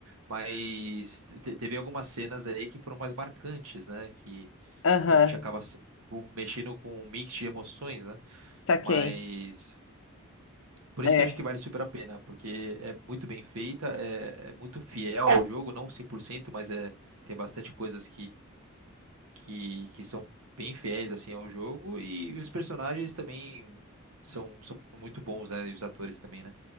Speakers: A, on the right; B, on the left.
A: Mas te- teve algumas cenas aí que foram mais marcantes, né? Que
B: Aham,
A: a gente acaba s- tipo, mexendo com um mix de emoções, né?
B: saquei.
A: Mas por
B: É,
A: isso que eu acho que vale super a pena, porque é muito bem feita, é, é muito fiel ao jogo, não cem por cento mas é, tem bastante coisas que, que são bem fiéis assim ao jogo e os personagens também são, são muito bons, né? E os atores também, né?